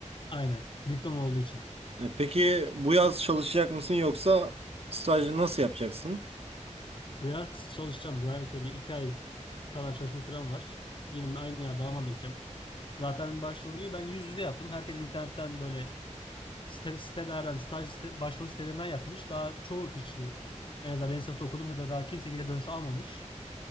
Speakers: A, on the left; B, on the right.
A: Aynen. Diploma olduğu için.
B: E, peki bu yaz çalışacak mısın yoksa stajı nasıl yapacaksın?
A: Bu yaz çalışacağım. Bu yaz da bir iki ay kadar çalışma sürem var. Yine aynı yerde Almanya'ya gideceğim. Zaten başvuruyu ben yüz yüze yaptım. Herkes internetten böyle site- sitelerden, staj site- başvuru sitelerinden yapmış. Daha çoğu kişi en azından benim sınıfta okuduğum kadar daha kimse geri dönüş almamış.